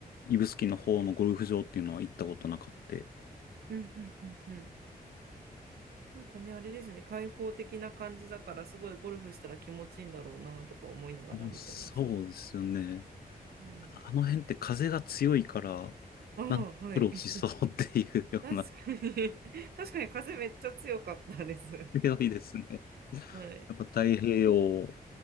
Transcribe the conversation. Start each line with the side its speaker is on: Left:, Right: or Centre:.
Left: 指宿の方のゴルフ場っていうのは行ったことなかった。
Right: うんうんうんうん。なんかね、あれですね、開放的な感じだから、すごいゴルフしたら気持ちいいんだろうなとか思いながら見てました。
Left: あのそうですよね。
Right: うん。
Left: ただあの辺って風が強いから、
Right: ああ、
Left: なんか苦労しそうっていうような
Right: はい。<laughs> 確かに <laughs> 確かに風めっちゃ強かったです。
Left: 広いですね。
Right: はい。
Left: やっぱ太平洋、